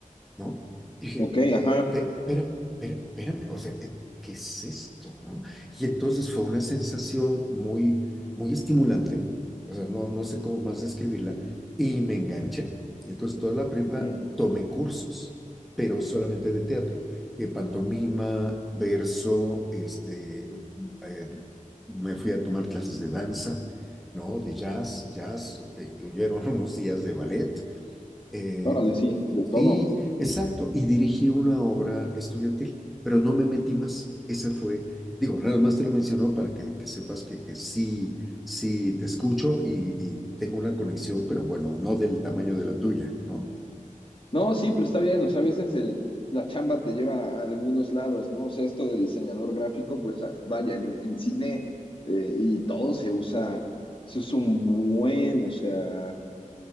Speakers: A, in the centre; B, on the left (about 40°).
A: ¿no? Y dije,
B: Ok, ajá,
A: pero, pero, espérame, o sea, eh, ¿qué es esto, no? Y entonces fue una sensación muy, muy estimulante, o sea, no, no sé cómo más describirla, y me enganché. Y entonces toda la prepa
B: ujú,
A: tomé cursos, pero solamente de teatro, que pantomima, verso, este, eh, me fui a tomar clases de danza, ¿no? De jazz, jazz, que incluyeron <laughs> unos días de ballet, eh,
B: Órale, sí, de todo.
A: sí, exacto. Y dirigí una obra estudiantil, pero no me metí más. Esa fue, digo, nada más te lo menciono para que, que sepas que, que sí, sí te escucho y, y tengo una conexión, pero bueno, no del tamaño de la tuya, ¿no?
B: No, sí, pero está bien, o sea, a veces el, la chamba te lleva a algunos lados, ¿no? O sea, esto de diseñador gráfico, pues ah, vaya, en, en cine eh, y todo se usa, se usa un buen, o sea,